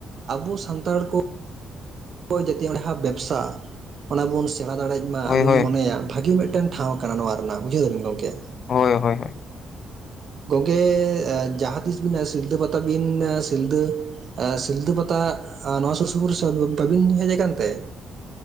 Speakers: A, on the right; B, on the left.
A: ᱟᱵᱚ ᱥᱟᱱᱛᱟᱲ ᱠᱚ ᱟᱵᱚ ᱡᱟᱛᱤ ᱚᱸᱰᱮ ᱦᱟᱸᱜ ᱵᱮᱵᱽᱥᱟ ᱚᱱᱟ ᱵᱚᱱ ᱥᱮᱬᱟ ᱫᱟᱲᱮᱭᱟᱜ ᱢᱟ
B: ᱦᱳᱭ
A: ᱟᱹᱞᱤᱧ
B: ᱦᱳᱭ
A: ᱞᱤᱧ ᱢᱚᱱᱮᱭᱟ᱾ ᱵᱷᱟᱜᱤ ᱢᱤᱫᱴᱮᱱ ᱴᱷᱟᱶ ᱠᱟᱱᱟ ᱱᱚᱣᱟ ᱨᱮᱱᱟᱜ ᱾ᱵᱩᱡᱷᱟᱹᱣ ᱫᱟᱵᱤᱱ ᱜᱚᱝᱠᱮ?
B: ᱦᱳᱭ ᱦᱳᱭ ᱦᱳᱭ᱾
A: ᱜᱚᱢᱠᱮ ᱮ ᱡᱟᱦᱟᱸ ᱛᱤᱥ ᱵᱤᱱ ᱥᱤᱞᱫᱟᱹ ᱯᱟᱛᱟ ᱵᱤᱱ ᱥᱤᱞᱫᱟᱹ ᱮ ᱥᱤᱞᱫᱟᱹ ᱯᱟᱛᱟ ᱟ ᱱᱚᱣᱟ ᱥᱩᱨ ᱥᱩᱯᱩᱨ ᱵᱟᱹᱵᱤᱱ ᱦᱮᱡ ᱠᱟᱱᱛᱮ?